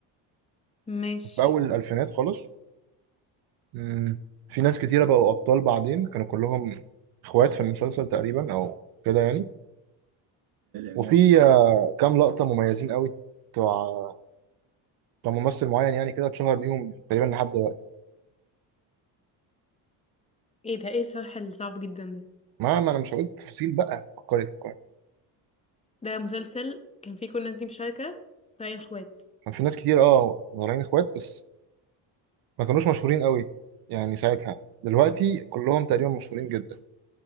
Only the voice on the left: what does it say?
ماشي
ايه ده ايه الشرح الصعب جدا ده
ده مسلسل كان فيه كل الناس دي مشاركة طالعين اخوات